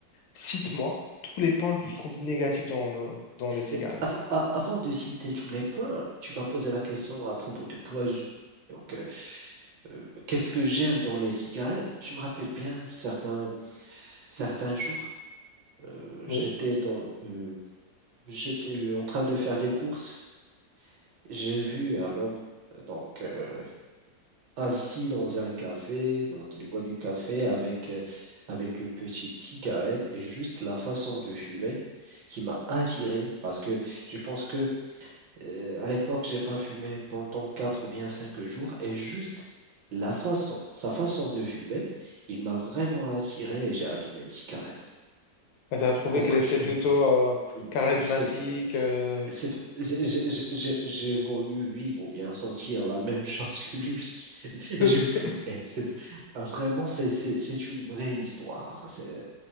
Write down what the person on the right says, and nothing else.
oui.
Et av- a- avant de citer tous les points, tu m'as posé la question à propos de quoi je- donc, Euh, qu'est-ce que j'aime dans les cigarettes? Je me rappelle bien certains, certains jours, euh, j'étais
dans, euh, j'étais euh, en train de faire des courses. J'ai vu un homme euh, donc euh, assis dans un café, donc il boit du café avec, euh, avec une petite cigarette et juste la façon de fumer qui m'a attiré parce que je pense que Euh, à l'époque, j'ai pas fumé pendant quatre ou bien cinq jours et juste la façon, sa façon de fumer, il m'a vraiment attiré et j'ai allumé une cigarette.
Pour
que
tu
aies-
Euh,
<laughs> c'est ça.
C'est- j'ai j'ai- j'ai- j'ai- j'ai voulu vivre ou bien sentir la même <laughs> chose que lui. <laughs>
Et j'ai fumé. C'est- ah, Vraiment, c'est c'est- c'est une vraie histoire. C'est-